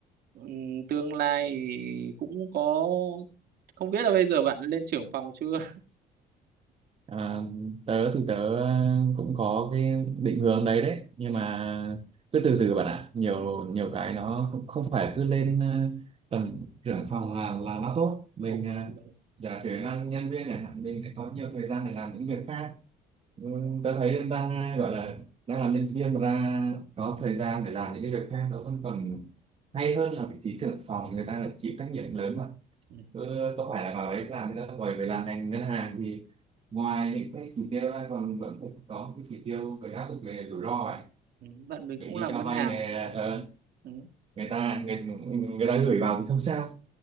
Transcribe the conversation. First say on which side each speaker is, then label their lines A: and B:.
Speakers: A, on the right; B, on the right.
A: Ừm, tương lai cũng có không biết là bây giờ bạn lên trưởng phòng chưa
B: À, tớ thì tớ ờ, cũng có cái định hướng đấy đấy nhưng
A: <laughs> ừ,
B: mà cứ từ từ bạn ạ nhiều
A: ừ,
B: nhiều cái nó không, không phải cứ lên ờ, tầm trưởng phòng là là nó tốt mình
A: ồ,
B: ờ,
A: ừ,
B: giả sử năng nhân viên này mình lại có nhiều thời gian để làm những việc khác Ừ,
A: ừ,
B: tớ thấy em đang ờ, gọi là đang làm nhân viên mà ra có thời gian để làm những cái việc khác nó vẫn còn hay hơn là vị trí trưởng phòng người ta lại chịu trách nhiệm lớn mà
A: ừ,
B: Ừ, có phải là vào đấy làm thì đã rồi về làm ngành ngân hàng thì ngoài những cái chỉ tiêu ra còn vẫn phải có những cái chỉ tiêu phải áp dụng về rủi ro ấy
A: ừ. bạn mình
B: Bởi
A: cũng
B: đi
A: làm
B: cho
A: ngân
B: vay
A: hàng
B: này ờ,
A: ừ.
B: người ta người, người ta gửi vào thì không sao